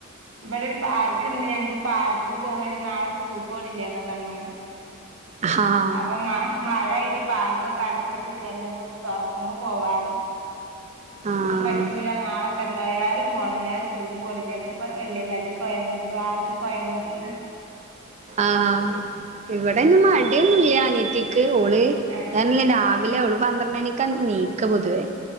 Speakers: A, on the right; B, on the right.
A: ഇവടൊരു പാർക്ക്ണ്ട് ഞങ്ങ്ക്ക് പാർക്ക്ക് പോവ ഞ്ഞാ നാളെ സ്കൂള്ക്ക്‌ പോണില്ല്യാന്ന പറഞ്
B: ആഹ്
A: അതൊ മാ മഴ ആയിറ്റ് പാർക്കൊക്കെ അടച്ചിട്ട്ക്കാണ് അപ്പം തൊറക്കുമ്പ പോവാർഞ്
B: ആഹ്
A: എൻക്ക് പറ്റൂല നാളൊക്കെന്തായാലും പോണം ഞാൻ സ്കൂള്ക്ക്‌ പോണി ഇപ്പ വെല്ല്യ കല്ല്ക്കോയാമതി പാർക്ക്കോയാമതിന്നാ
B: ആഹാ ഇവിടയ്ന് മടിയൊന്നുല്ല്യാ അനിയത്തിക്ക് ഓള്
A: ആഹ്
B: ഞാനല്ലരാ വിലെ അവള് പന്ത്രണ്ടണിക്ക നീക്ക പൊതുവേ